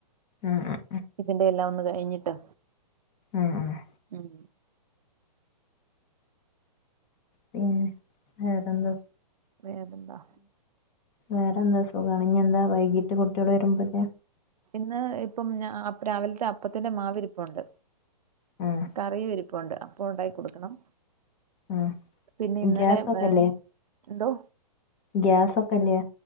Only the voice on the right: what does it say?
ഇതിന്റെ എല്ലാം ഒന്ന് കഴിഞ്ഞിട്ടാ
ഉം
വേറെന്താ
ഇന്ന് ഇപ്പംഞ രാവിലത്തെ അപ്പത്തിന്റെ മാവിരിപ്പുണ്ട്
കറിരിപ്പുണ്ട് അപ്പ ഉണ്ടായി കൊടുക്കണം
പിന്നെ ഇന്നലെ
ഏഹ് എന്തോ?